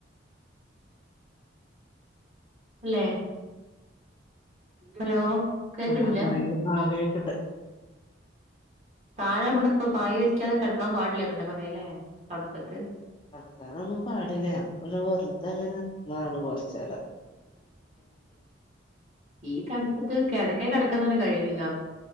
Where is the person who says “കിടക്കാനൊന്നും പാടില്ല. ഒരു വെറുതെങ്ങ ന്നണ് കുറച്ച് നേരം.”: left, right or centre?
Left